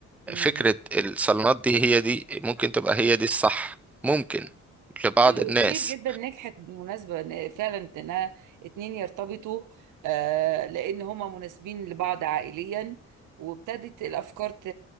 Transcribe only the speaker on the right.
مم.
ايوه
وكتير جدا نجحت بالمناسبه إن فعلا انها اتنين يرتبطوا آه لان هما مناسبين لبعض عائليا وابتدت الافكار ت...